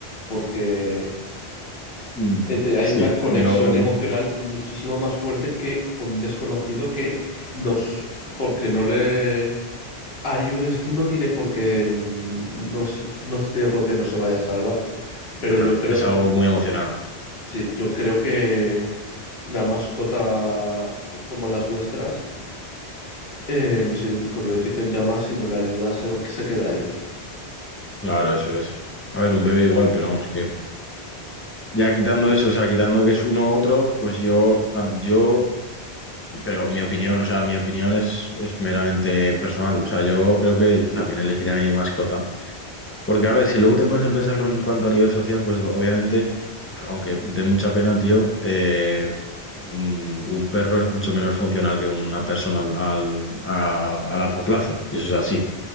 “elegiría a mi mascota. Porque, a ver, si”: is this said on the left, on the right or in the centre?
Left